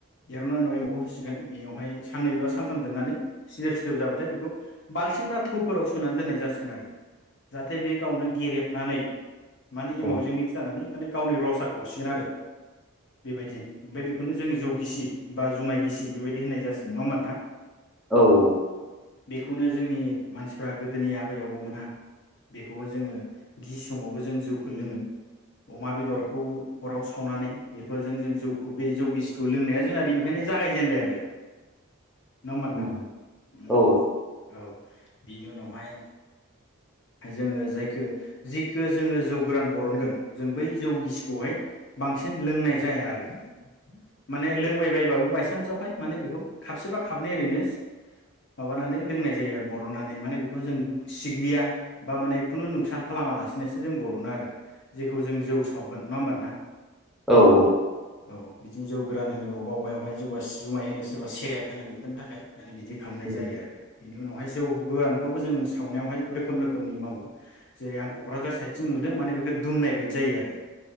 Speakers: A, on the left; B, in the centre.
A: एरनाय उनाव एमावखौ होसिगोन बेयावहाय साननैबा सानथाम दोननानै सिदोब सिदोब जाबाथाय बेखौ बाल्थिं बा थ'फोराव सोनानै दोननाय जासिगोन आरो जाहाथे बे गावनो गेरेबनानै माने एमावजों
B: उम
A: मिक्स जानानै माने गावनि रसआ गसिगोन आरो बेबायदिनो ओमफाय बेखौनो जों जौ गिसि बा जुमाय गिसि बेबायदि होननाय जासि‌ गोन नुवा होमबा नोथां।
B: औ औ
A: बेखौनो जोंनि मानसिफ्रा गोदोनि आबै आबौमोनहा बेखौबो जोङो गिसि समावबो जों जौखौ लोङो अमा बेदरखौ अराव सावनानै बेफोरजों जों जौखौ बे जौ गिसिखौ लोंनाया जोंना बेनिफ्रायनो जागायजेेनबाय आरो न‌आ होनबा नोनथां
B: उम औ
A: औ बिनि उनावहाय जोङो जायखो जिखो जोङो जौ गोरान बरनगोन जों बै जौ गिसिखौहाय बांसिन लोंनाय जाया आरो माने लोंबायबायबाबो बायसान्सआवहाय माने बेखौ खाबसेबा खाबनै ओरैनो माबानानै लोंनाय जायो आरो बर'नानै माने बेखौ जों सिग्लिया बा माने खुनु नुसान खालामालासिनोसो जों बर'नो आरो जेखौ जों जौ सावगोन नुवा होमबा नोंथां
B: औ औ
A: औ बिथिं जौ गोरान होनो अबा अबायावहाय जौबा जुमाय होनो सोरबा से रेब होनो बेफोरनि थाखाय माने बिदि खालामनाय
B: उम
A: जायो आरो बेनि उनावहाय जौ गोरानखौबो जों सावनायावहाय रोखोम रोखोमनि मावो जेरै आं क'क्राझार साइदथिं नुदों माने बेखो दुमनाय बायदि जायो आरो